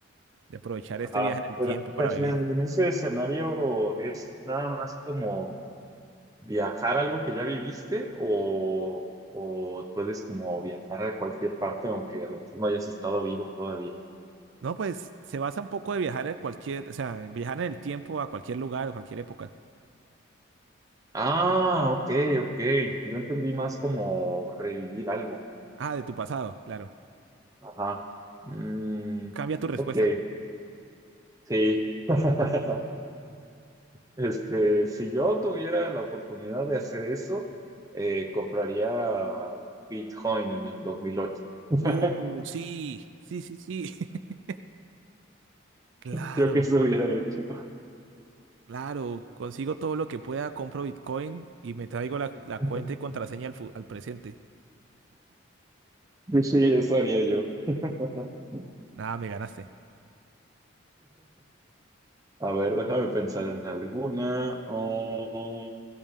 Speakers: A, on the right; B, on the right.
A: de aprovechar
B: ajá.
A: este viaje en el
B: Pero,
A: tiempo para
B: pero
A: vivir
B: en ese escenario es nada más como... viajar a algo que ya viviste o, o puedes como viajar a cualquier parte aunque a lo mejor no hayas estado vivo todavía.
A: No, pues se basa un poco de viajar a cualquier, o sea, viajar en el tiempo a cualquier lugar, a cualquier época.
B: Ah, ok, ok. Yo entendí más como revivir algo.
A: Ah, de tu pasado, claro.
B: Ajá. Mm,
A: ¿Cambia tu respuesta?
B: ok, sí. <laughs> Este, si yo tuviera la oportunidad de hacer eso, eh, compraría Bitcoin en el dos mil ocho <laughs>
A: Oh, sí, sí, sí, sí. <laughs> Claro,
B: Creo que eso hubiera hecho.
A: claro. Consigo todo lo que pueda, compro Bitcoin y me traigo la,
B: <laughs>
A: la cuenta y contraseña al, fu- al presente.
B: <laughs> Sí, eso haría yo. <laughs>
A: Nada, me ganaste.
B: A ver, déjame pensar en alguna. Oh,